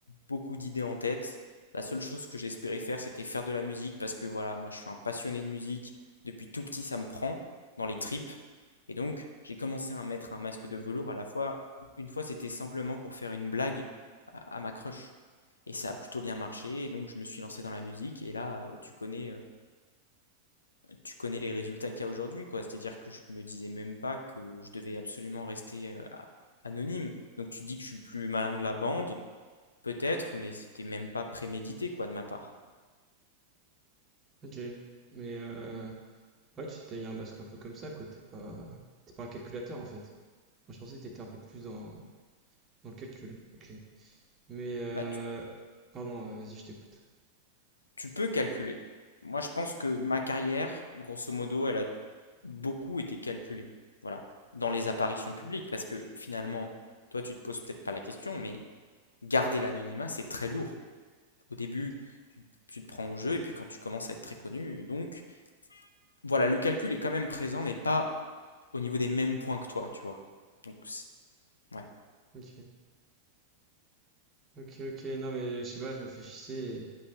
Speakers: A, on the left; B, on the right.
A: beaucoup d'idées en tête. La seule chose que j'espérais faire, c'était faire de la musique parce que voilà, moi je suis un passionné de musique. Depuis tout petit, ça me prend dans les tripes. Et donc, j'ai commencé à mettre un masque de velours à la fois. Une fois, c'était simplement pour faire une blague à, à ma crush. Et ça a plutôt bien marché. Et donc, je me suis lancé dans la musique. Et là, euh, tu connais euh, tu connais les résultats qu'il y a aujourd'hui, quoi. C'est-à-dire que je me disais même pas que je devais absolument rester euh, a- anonyme. Donc tu dis que je suis le plus malin de la bande, peut-être, mais c'était même pas prémédité, quoi, de ma part.
B: Ok. Mais, euh, ouais, tu sais, t'as eu un masque un peu comme ça, quoi. T'es pas, t'es pas un calculateur, en fait. Moi, je pensais que t'étais un peu plus dans, dans le calcul. Ok. Mais, euh,
A: Bah, tu,
B: pardon, euh, vas-y, je t'écoute.
A: tu peux calculer. Moi, je pense que ma carrière, grosso modo, elle a beaucoup été calculée. Voilà. Dans les apparitions publiques, parce que finalement, toi, tu te poses peut-être pas la question, mais garder l'anonymat, c'est très lourd. Au début,
B: Attends.
A: tu te prends au jeu, et puis quand tu commences à être très connu, donc voilà, le calcul est quand même présent, mais pas au niveau des mêmes points que toi, tu vois. Donc, ouais.
B: Ok. Ok, ok, non mais je sais pas, je réfléchissais